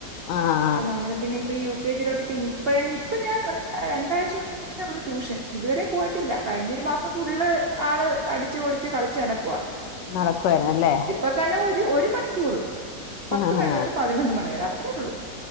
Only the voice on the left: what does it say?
ആഹ്
നടക്കുവായിരുന്നു ല്ലേ
ആഹ്